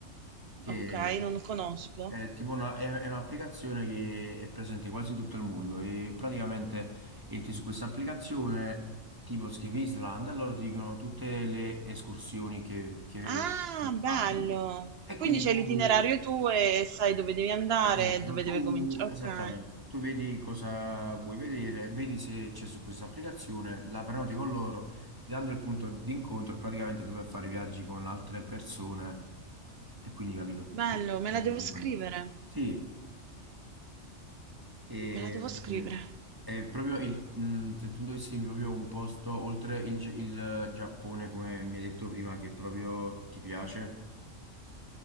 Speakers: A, on the right; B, on the right.
A: che
B: Ok, non lo conosco.
A: è tipo una- è- è un'applicazione che è presente quasi in tutto il mondo e praticamente entri su questa applicazione, tipo scrivi Islanda, e loro ti dicono tutte le escursioni che, che
B: Ah,
A: che
B: bello.
A: fanno. E
B: Quindi
A: quindi
B: c'è
A: tu
B: l'itinerario tuo e sai dove devi andare,
A: Esatto,
B: dove
A: tu,
B: deve cominciare.
A: esattamente,
B: Ok,
A: tu vedi cosa vuoi vedere, vedi se c'è su questa applicazione, la prenoti con loro, ti danno il punto di incontro, e praticamente tu puoi fare viaggi con altre persone e quindi capito,
B: bello,
A: puoi fare
B: me la
A: anche
B: devo
A: in compagnia.
B: scrivere.
A: Sì, e,
B: Me la devo scrivere.
A: mm, è proprio il, mm, se tu dovessi dirmi proprio un posto oltre il, Gi- il Giappone, come mi hai detto prima, che proprio ti piace,